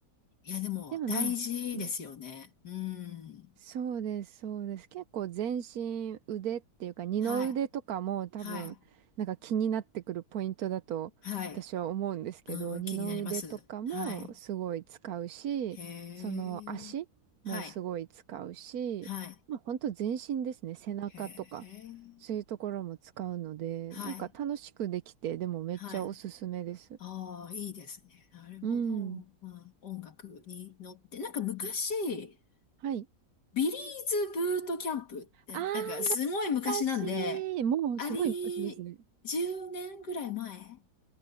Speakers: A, on the left (about 80°); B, on the right (about 65°).
A: い。いや、でも、
B: でもなんか、
A: 大事ですよね。
B: うん。
A: うん。
B: そうです、そうです。結構全身腕っていうか二の腕とかも多分なんか気になってくるポイントだと私は思うんですけど、
A: はい。はい。はい。うん、
B: 二の腕とかもすごい使うし、
A: 気になります。はい。へえ。
B: その足もすごい使うし、
A: はい。はい。
B: まあ本当全身ですね。背中とかそういうところも使うので、
A: へえ。はい。
B: なんか楽しくできて、でもめっちゃおすすめです。
A: はい。ああ、いいですね。なるほど。
B: うん。
A: まあ、音楽に乗って。なんか昔、
B: はい。
A: ビリーズブートキャンプって、
B: あー、
A: なんかすごい昔なんで、
B: 懐かしい。もうすごい昔ですね。
A: あり、10年ぐらい前